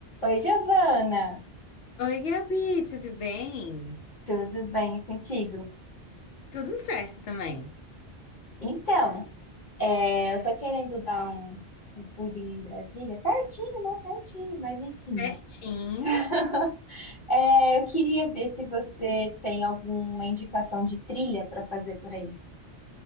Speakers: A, on the left; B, on the left.
A: Oi, Giovana!
B: Oi, Gabi, tudo bem?
A: Tudo bem contigo?
B: Tudo certo também.
A: Então, é, eu tô querendo dar um, um pulinho em Brasília, pertinho, né? Pertinho, mas enfim.
B: Certinho.
A: <laughs> É, eu queria ver se você tem alguma indicação de trilha para fazer por aí.